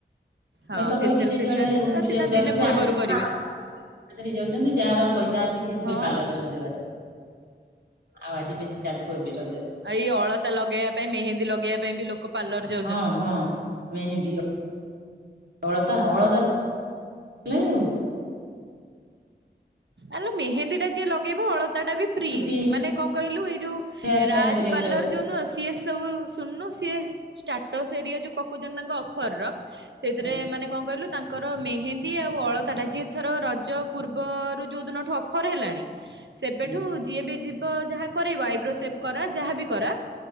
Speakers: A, on the right; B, on the right.
A: ହଁ
B: ମେକଅପ୍
A: ଫେସିଆଲ୍
B: ହେଇକି ଯିଏ
A: ଫେସିଆଲ୍
B: ଯୁଆଡେ
A: ଟା
B: ବୁଲିବାକୁ
A: ସିନା
B: ଯାଉଥିବେ
A: ଦିନେ ପୂର୍ବରୁ
B: ଆମେ
A: କରିବେ
B: ଆମେ ହେଇଯାଉଛନ୍ତି ଯାହାର ପଇସା ଅଛି ସେ
A: ହଁ।
B: ଯିବେ ପାର୍ଲର ରେ ସଜବା ଆଉ ଆଜି ବେଶୀ ଚାଲୁଥିବ ବି ରଜ
A: ଆ ଏଇ ଅଳତା ଲଗେଇବା ପାଇଁ ମେହେନ୍ଦୀ ଲଗେଇବା ପାଇଁ ବି ଲୋ କ ପାର୍ଲର ଜା
B: ହଁ ହଁ ମେହେନ୍ଦୀ ଅ ଅଳତା ହଳଦା <unintelligible>
A: ଆଲୋ ମେହେନ୍ଦୀ ଟା ଯିଏ ଲଗେଇବ ଅଳତା ଟା ବି ଫ୍ରି
B: ଚୁଟି
A: ମାନେ କଣ କହିଲୁ ଏଇ ଯୋଉ
B: ହେୟାର ଷ୍ଟାଇଲ
A: ରାଜ୍
B: କରିବାକୁ
A: ପର୍ଲର
B: ଯାଉଥିବେ
A: ଯଉ ନୁହଁ ସିଏ ସବୁ ଶୁଣୁନୁ ସିଏ ଷ୍ଟାଟସ୍ ଏରିଆ ଯୋଉ ପକଉଚନ୍ତି ତାଙ୍କ ଅଫର ର ସେଥିରେ
B: ହଁ
A: ମାନେ କଣ କହିଲୁ ତା ଙ୍କର ମେହେନ୍ଦୀ ଆଉ ଅଳତା ଟା ଯିଏଥର ରଜ ପୂର୍ବରୁ ଯୋଉ ଦୁନଠୁ ଅଫର ହେଲାଣି ସେବେଠୁ
B: ହଁ
A: ଯିଏ ବି ଯିବ ଯାହା କରେଇବ ଆଇବ୍ରୋ ସେବ କରା ଯାହାବି କରା